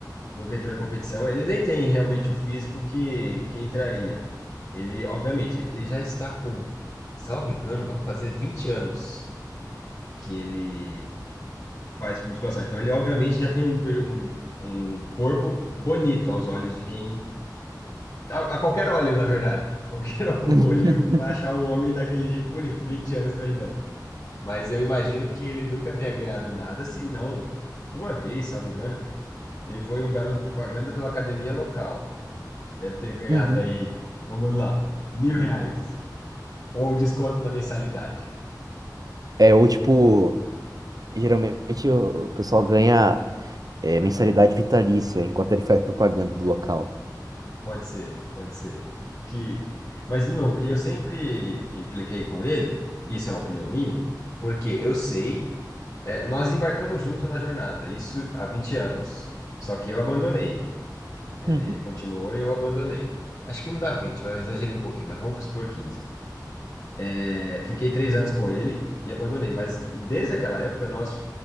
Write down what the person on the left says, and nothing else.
Nunca entrou em competição. Ele nem tem realmente o físico que, que entraria. Ele, obviamente, ele já está com, salvo engano, vão fazer 20 anos que ele faz musculação. Então, ele obviamente já tem um, per- um, um corpo bonito aos olhos de quem. A, a qualquer olho, na verdade. <laughs> Qualquer olho
vai achar um homem daquele jeito bonito, 20 anos treinando. Mas eu imagino que ele nunca tenha ganhado nada, se não. Uma vez, salvo engano, ele foi um garoto propaganda de uma academia local. Deve ter ganhado
aí, vamos lá, mil reais. Ou desconto na mensalidade.
Pode ser, pode ser. Que... Mas, de novo, eu sempre impliquei com ele, isso é uma opinião minha, porque eu sei, é, nós embarcamos junto na jornada, isso há 20 anos. Só que eu abandonei, né?
Ele continuou e eu abandonei. Acho que não dá vinte mas eu exagerei um pouquinho, mas vamos supor quinze É, fiquei três anos com ele e abandonei, mas desde aquela época nós